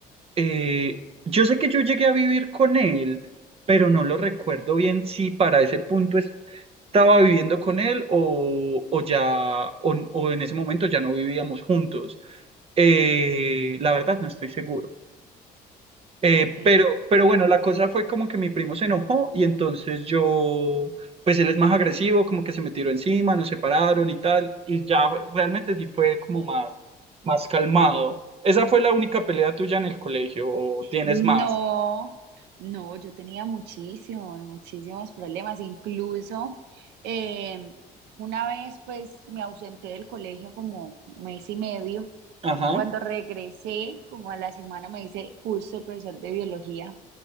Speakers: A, on the right; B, on the right.
A: eh, yo sé que yo llegué a vivir con él, pero no lo recuerdo bien si para ese punto es- estaba viviendo con él o, o ya, o, o en ese momento ya no vivíamos juntos. Eh, la verdad no estoy seguro. Eh,
B: Ok.
A: pero, pero bueno, la cosa fue como que mi primo se enojó y entonces yo, pues él es más agresivo, como que se me tiró encima, nos separaron y tal, y ya realmente sí fue como más, más calmado. ¿Esa fue la única pelea tuya en el colegio o tienes
B: No,
A: más?
B: no, yo tenía muchísimos, muchísimos problemas. Incluso em, una vez pues me ausenté del colegio como mes y medio.
A: Ajá,
B: Cuando regresé, como a la semana, me dice justo el profesor de biología